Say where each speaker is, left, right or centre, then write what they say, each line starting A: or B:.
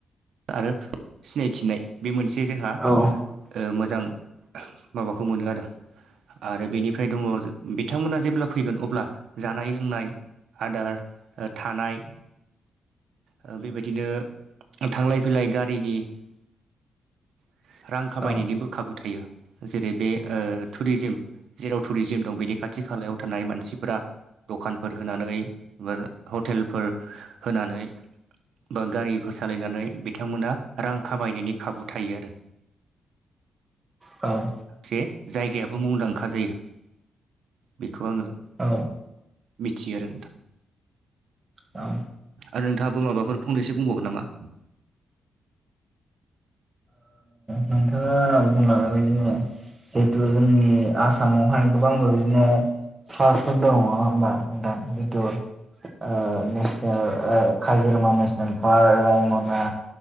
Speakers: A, on the right; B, on the right.
A: आरो सिनायथिनाय बे मोनसे जोंहा
B: औ
A: ओ मोजां माबाखौ मोनो आरो। आरो बेनिफ्राय दङ बिथांमोना जेब्ला फैगोन अब्ला जानाय लोंनाय आदार ओ थानाय ओ बेबायदिनो थांलाय फैलाय गारिनि <inaudible> रां खामायनायनिबो
B: औ
A: खाबु थायो। जेरै बे टुरिजिम जेराव टुरिजिम दं बेनि खाथि खालायाव थानाय मानसिफोरा दखानफोर होनानै बा हटेलफोर होनानै बा गारिफोर सालायनानै बिथांमोना रां खामायनायनि खाबु थायो आरो।
B: औ
A: जे जायगायाबो मुंदांखा जायो बेखौ आङो
B: औ
A: मिथियो आरो नोंथां।
B: औ
A: आरो नोंथाङाबो माबाफोर फंनैसो बुंबावगोन नामा?
B: नोंथाङा आंना बुंलांनाय बायदि जिहेतु जोंनि आसामावहाय गोबां बिदिनो फासफोर दङ नङा होमबाथ नोंथां जिथु ओ नेसनेल ओ काजिरङा नेसनेल पार्क रायमना